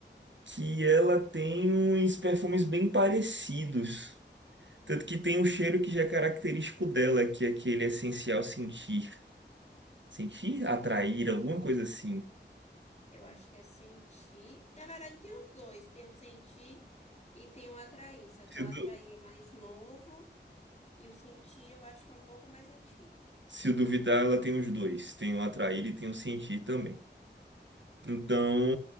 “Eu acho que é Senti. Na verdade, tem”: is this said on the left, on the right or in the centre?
Left